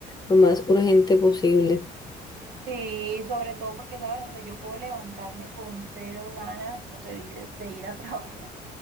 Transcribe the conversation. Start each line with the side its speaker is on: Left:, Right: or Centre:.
Left: lo más urgente posible.
Right: Sí, sobre todo porque, ¿sabes? O sea, yo puedo levantarme con cero ganas, no sé, de ir, de ir a trabajar